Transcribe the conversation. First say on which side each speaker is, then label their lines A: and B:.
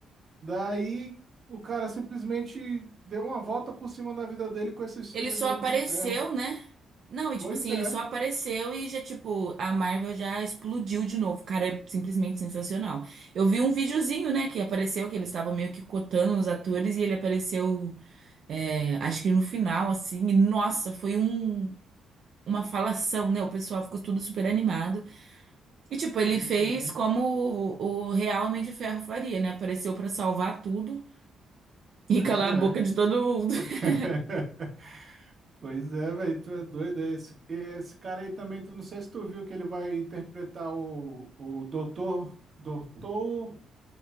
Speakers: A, on the right; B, on the right.
A: Daí o cara simplesmente deu uma volta por cima na vida dele com esses
B: Ele
A: filmes
B: só
A: do
B: apareceu,
A: Homem de Ferro.
B: né? Não, e tipo
A: Pois
B: assim,
A: é,
B: ele só apareceu e já, tipo, a Marvel já explodiu de novo. O cara é simplesmente sensacional. Eu vi um videozinho, né, que apareceu, que eles estavam meio que cotando os atores e ele apareceu, é, acho que no final, assim, e nossa, foi um, uma falação, né? O pessoal ficou tudo super animado. E tipo, ele
A: pois
B: fez
A: é,
B: como o, o real Homem de Ferro faria, né? Apareceu pra salvar tudo
A: pois
B: e calar
A: é.
B: a boca de todo mundo. <laughs>
A: <laughs> Pois é, velho, tu é doido. é Esse, esse cara aí também, tu não sei se tu viu que ele vai interpretar o, o Doutor, Doutor,